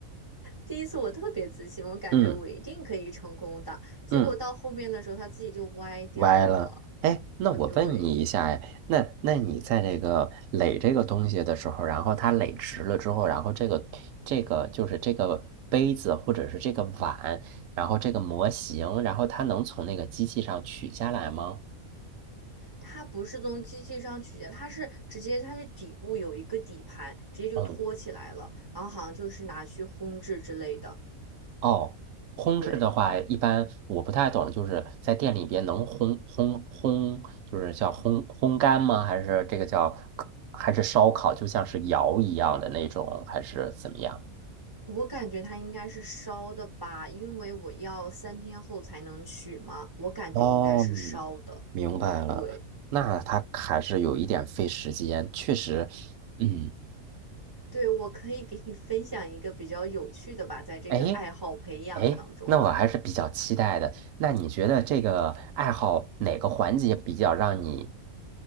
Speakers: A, on the right; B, on the right.
A: 第一次我特别自信，我感觉我一定可以成功的。
B: 嗯
A: 结果到后面的时候，
B: 嗯，
A: 它自己就歪掉了。
B: 歪了。哎，那我问你一下，
A: 呃，对，
B: 哎，那那你在这个垒这个东西的时候，然后它垒直了之后，然后这个这个就是这个杯子或者是这个碗，然后这个模型，然后它能从那个机器上取下来吗？
A: 它不是从机器上取下，它是直接它是底部有一个底盘，直接就托起来了，
B: 嗯
A: 然后好像就是拿去烘制之类的。
B: 哦，烘制的话，
A: 对，
B: 一般我不太懂，就是在店里边能烘烘烘，就是叫烘烘干吗？还是这个叫还是烧烤，就像是窑一样的那种，还是怎么样？
A: 我感觉它应该是烧的吧，因为我要三天后才能取嘛，我感觉应该是烧的。
B: 哦，明白了，
A: 对，
B: 那它还是有一点费时间，确实，嗯。
A: 对，我可以给你分享一个比较有趣的吧，在这个爱好培养当中。
B: 哎哎，那我还是比较期待的。那你觉得这个爱好哪个环节比较让你